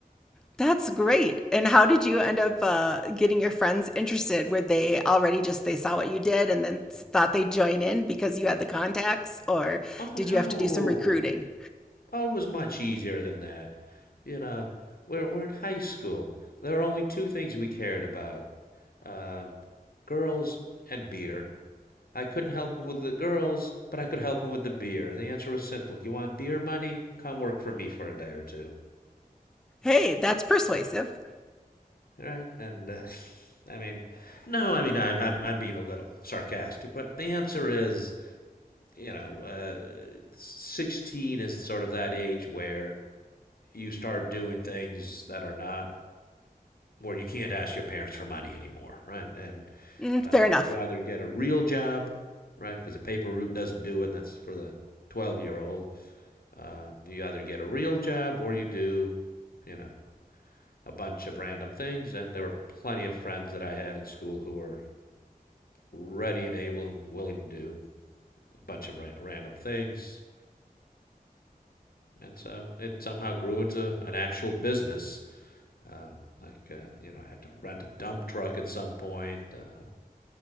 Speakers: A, in the centre; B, on the left.
A: That's great. And how did you end up uh, getting your friends interested? Were they already just they saw what you did and then s- thought they'd join in because you had the contacts, or
B: Oh
A: did
B: no!
A: you have to do some recruiting?
B: Oh, it was much easier than that. You know, we're we're in high school. There were only two things we cared about: um, girls and beer. I couldn't help him with the girls, but I could help him with the beer. The answer was simple. You want beer money? Come work for me for a day or two.
A: Hey, that's persuasive.
B: All right? And uh, <laughs> I mean, no, I mean, I, I'm, I'm being a little sarcastic, but the answer is, you know, uh, 16 is sort of that age where you start doing things that are not, where you can't ask your parents for money anymore, right? And
A: Mm,
B: uh,
A: fair enough.
B: you either get a real job, right? Because a paper route doesn't do it. and That's for the 12 year old Um, you either get a real job or you do, you know, a bunch of random things. And there were plenty of friends that I had in school who were ready and able and willing to do a bunch of ra- random things. And so it somehow grew into an actual business. Um, like, uh, you know, I had to rent a dump truck at some point. Uh,